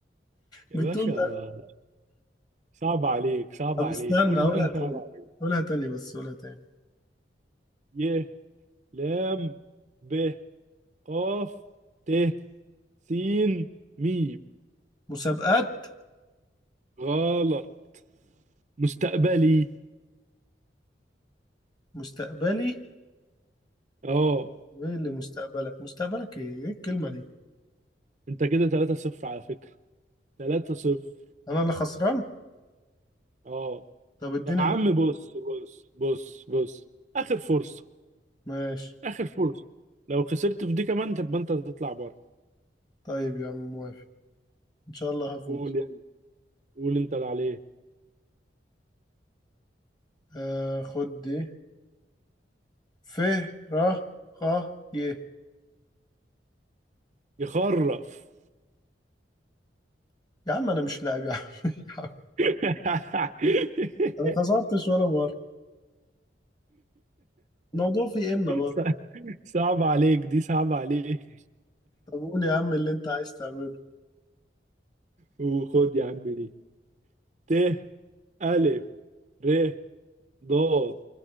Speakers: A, on the right; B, on the left.
A: يا
B: بتقول
A: باشا صعب عليك صعب
B: طب
A: عليك
B: استنى
A: كل
B: قولها
A: اللي انا
B: تاني
A: صعب عليك
B: قولها تاني بس قولها تاني
A: ي لام ب قاف ت سين ميم
B: مسابقات
A: غلط مستقبلي
B: مستقبلي
A: اه
B: وايه اللي مستقبلك مستقبلك ايه ايه الكلمة دي
A: انت كده 3-0 على فكرة 3-0
B: انا اللي خسران
A: اه
B: طب اديني
A: يا عم
B: م-
A: بص بص بص بص اخر فرصة
B: ماشي
A: اخر فرصة لو خسرت في دي كمان تبقى انت تطلع بره
B: طيب يا عم موافق ان شاء الله هفوز
A: قول يعني قول انت اللي عليه
B: آه خد دي ف ر خ ي
A: يخرف
B: يا عم انا مش لاعب يا عم <laughs> يا عم
A: <laughs>
B: انا ما خسرتش ولا مره الموضوع فيه ان برضه
A: صع- صعب عليك دي صعب عليك
B: طب قول يا عم اللي انت عايز تعمله
A: وخد يا عم دي ت ألف ر ضاد